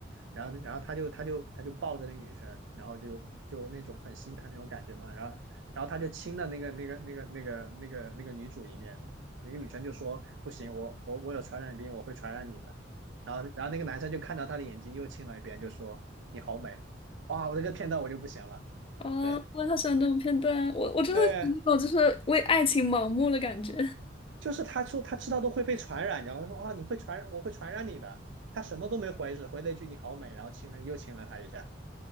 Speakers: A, on the right; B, on the left.
A: 然后然后他就他就他就抱着那个女生，然后就就那种很心疼那种感觉嘛，然后然后他就亲了那个那个那个那个那个那个女主一面，那个女生就说不行，我我我有传染病，我会传染你的。然后然后那个男生就看到她的眼睛又亲了一遍，就说你好美，哇，我这个片段我就不行了，
B: 啊，
A: 对
B: 我也好喜欢这种片段，我我真的有那种就是为爱情盲目的感觉
A: 对，就是他说他知道都会被传染，然后他说啊你会传染，我会传染你的，他什么都没回，只回了一句你好美，然后亲了又亲了她一下，